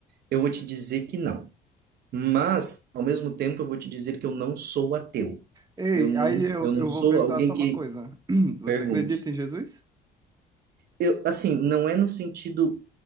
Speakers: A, on the right; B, on the right.
A: Eu vou te dizer que não. Mas, ao mesmo tempo, eu vou te dizer que eu não sou ateu.
B: Ei,
A: Eu não,
B: aí eu,
A: eu não
B: eu
A: sou
B: vou perguntar
A: alguém
B: só
A: que
B: uma coisa. <clears throat> Você
A: pergunte.
B: acredita em Jesus?
A: Eu, assim, não é no sentido.